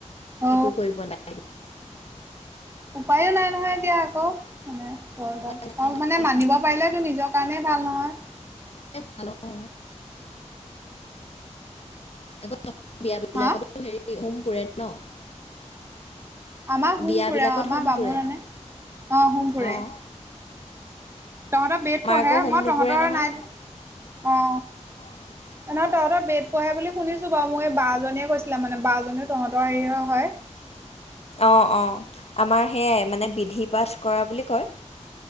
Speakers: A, on the right (about 20°); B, on the left (about 55°).
A: অ
B: একো কৰিব নাই।
A: উপায়ো নাই নহয় এতিয়া আকৌ মানে বৰ এটা,
B: উপায় নাই
A: আৰু
B: তাকেহে
A: মানে মানিব পাৰিলেতো নিজৰ কাৰণেই ভাল নহয়।
B: <unintelligible> ভাল হ'ব। আকৌ বিয়া পাতিলে
A: হা
B: আকৌ তো হেৰি হোম পুৰে ন,
A: আমাৰ হোমপুৰে
B: বিয়াবিলাকত
A: অ আমাৰ
B: হোম
A: বামুণনে
B: পুৰে
A: অ হোমপুৰে,
B: অঁ
A: তহঁতৰ বেড
B: আমাৰ
A: পঢ়ে
B: আকৌ হোম
A: মই
B: নুপুৰে
A: তহঁতৰ
B: নহয়
A: নাই অ
B: <inaudible>
A: ন ন তহঁৰ বেত পঢ়ে বুলি শুনিছো বাৰু মই এই বা জীনিয়ে কৈছিলে মানে বা জনীও তহঁতৰ হেৰিৰ হয়।
B: অঁ অঁ আমাৰ সেয়াই মানে বিধি পাঠ কৰা বুলি কয়।